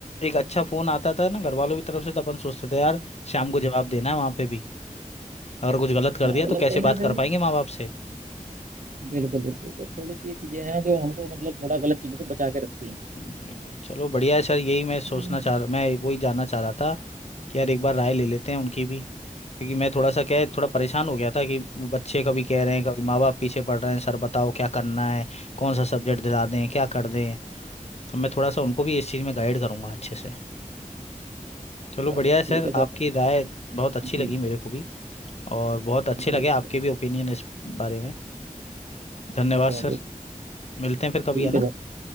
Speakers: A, on the left (about 50°); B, on the right (about 65°).
A: एक अच्छा फोन आता था ना घर वालों की तरफ से तो अपन सोचते थे यार शाम को जवाब देना है वहां पे भी अगर कुछ गलत कर
B: हाँ
A: दिया
B: मतलब
A: तो कैसे
B: कहीं ना
A: बात
B: कहीं
A: कर पाएंगे माँ बाप से
B: बिल्कुल बिल्कुल तो थोड़ी सी ये चीजें हैं जो हमको मतलब थोड़ा गलत चीजों से बचा के रखती हैं
A: हम्म, ये वो- चलो बढ़िया है सर यही मैं सोचना
B: हम्म।
A: चाह रहा मैं वही जानना चाह रहा था कि यार एक बार राय ले लेते हैं उनकी भी क्योंकि मैं थोड़ा सा क्या है थोड़ा परेशान हो गया था कि बच्चे कभी कह रहे हैं कभी माँ बाप पीछे पड़ रहे हैं सर बताओ क्या करना है कौन सा सब्जेक्ट दिला दें क्या कर दें अब मैं थोड़ा सा उनको भी इस चीज़ में गाइड करूंगा अच्छे से चलो
B: चलो
A: बढ़िया है सर
B: ठीक है सर
A: आपकी राय बहुत अच्छी
B: जी
A: लगी मेरे को भी और बहुत अच्छे
B: बिल्कुल
A: लगे आपके
B: सर
A: भी ओपिनियन इस बारे में धन्यवाद
B: चलिए
A: सर मिलते हैं फिर कभी
B: ठीक
A: है
B: है
A: ना
B: सर